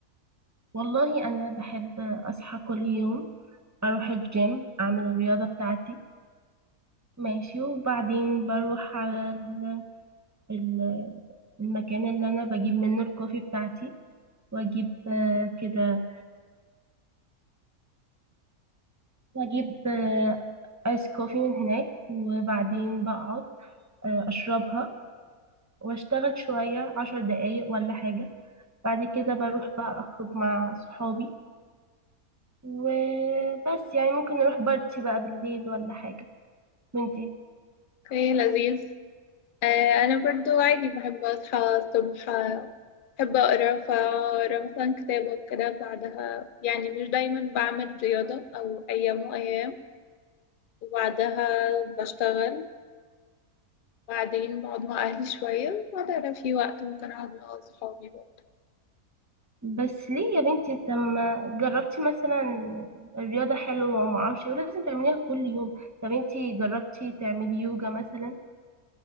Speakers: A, on the right; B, on the left.
A: والله أنا بحب أصحى كل يوم أروح الجيم أعمل الرياضة بتاعتي ماشي وبعدين بروح على ال- ال- المكان اللي أنا بجيب منه الكوفي بتاعتي وأجيب آه، كده وأجيب آه، آيس كوفي من هناك وبعدين بقعد آه، أشربها وأشتغل شوية عشر دقايق ولا حاجة بعد كده بروح بقى أخرج مع صحابي وبس يعني ممكن نروح بارتي بقى بالليل ولا حاجة وانتي
B: ايه لذيذ آه انا برضو عادي بحب اصحى الصبح آه، بحب اقرا فاقرا مثلا كتابة وكده بعدها يعني مش دايما بعمل رياضة او ايام وايام وبعدها بشتغل بعدين بقعد مع اهلي شوية وبعدها لو في وقت ممكن اقعد مع اصحابي برضو
A: بس ليه يا بنتي طب ما جربتي مثلا الرياضة حلوة وما اعرفش ايه ولازم تعمليها كل يوم طب انتي جربتي تعملي يوجا مثلا